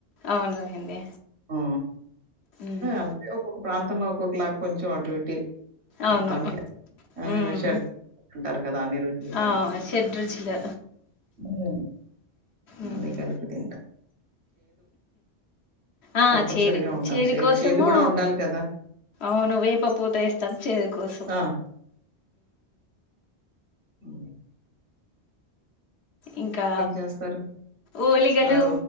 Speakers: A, on the left; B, on the right.
A: అవునులేండి
B: ఉ
A: ఉమ్
B: అంతే ఒకో ఒక ప్రాంతంలో ఒక్కొ క్లాక్ కొంచెం అటు ఇటి
A: అవును
B: మొత్తానికి ఆ
A: ఉమ్
B: షర్ ఉంటారు కదా రోజులు
A: ఆ
B: కలిపి
A: షెడ్ రుచులు
B: ఆ మమ్మీ
A: ఉమ్
B: కి అనుకుటి
A: ఆ
B: తప్పనిసరిగా
A: చేదు
B: ఉండాలి.
A: చేదు
B: చే
A: కోసము
B: చేదు గూడా ఉండాలి కదా!
A: అవును వేప పూత వేస్తాం చేదు కోసం
B: ఆ! అ
A: ఇంకా
B: చేస్తారు
A: ఓలిగలు
B: ఆ